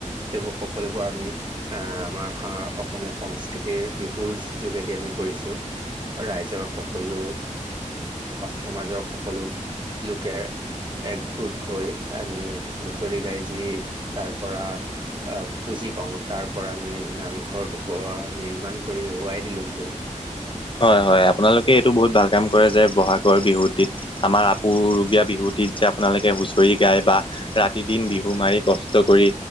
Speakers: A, on the right; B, on the left.
A: সেইবোৰ সকলোবোৰ আমি আমাৰ অসমৰ সংস্কৃতি তিৰ বিহুৰ যোগেদি আমি কৰিছো ৰাইজৰ সকলো সমাজৰ সকলো লোকে একগোট হৈ আমি হুচৰি গাই যি তাৰ পৰা পুজি পাওঁ তাৰ পৰা আমি নামঘৰটো অ নিৰ্মাণ কৰি ওৱাই দিলোংগৈ
B: হয় হয় আপোনালোকে এইটো বহুত ভাল কাম কৰে যে বহাগৰ বিহুটিত আমাৰ আপুৰুগীয়া বিহুটিত যে আপোনালোকে হুচৰি গাই বা ৰাতি দিন বিহু মাৰি কষ্ট কৰি